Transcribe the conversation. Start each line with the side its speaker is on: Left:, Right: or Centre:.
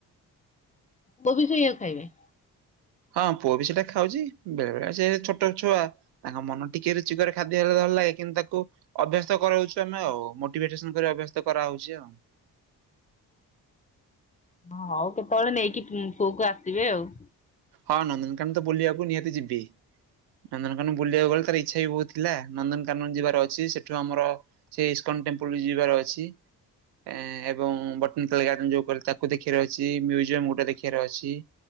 Left: ପୁଅ ବି ସେଇଆକୁ ଖାଇବେ।
Right: ହଁ ପୁଅ ବି ସେଇଟା ଖାଉଛି ବେଳେ ବେଳେ ସେ ଛୋଟ ଛୁଆ ତାଙ୍କ ମନ ଟିକେ ରୁଚିକରେ ଖାଦ୍ୟ ହେଲେ ଭଲ ଲାଗେ କିନ୍ତୁ ତାକୁ ଅଭ୍ୟସ୍ତ କରାଉଛୁ ଆମେ ଆଉ ମୋଟିଭେଟସନ କରି ଅଭ୍ୟସ୍ତ କରାହେଉଛି ଆଉ।
Left: ହଁ ହଉ କେତେବେଳେ ନେଇକି ପୁଅକୁ ଆସିବେ ଆଉ।
Right: ହଁ ନନ୍ଦନକାନନ ତ ବୁଲିବାକୁ ନିହାତି ଯିବି। ନନ୍ଦନକାନନ ବୁଲିବାକୁ ଗଲେ ତାର ଇଚ୍ଛା ବି ବହୁତ ଥିଲା ନନ୍ଦନକାନନ ଯିବାର ଅଛି ସେଠୁ ଆମର ସେ ଇସ୍କନ ଟେମ୍ପୁଲ ଯିବାର ଅଛି। ଏଁ ଏଁ ଏବଂ ବଟନିକାଲ ଗାର୍ଡେନ ଯୋଉ କହିଲେ ତାକୁ ଦେଖିବାର ଅଛି ମ୍ୟୁଜିୟମ ଗୋଟେ ଦେଖିବାର ଅଛି।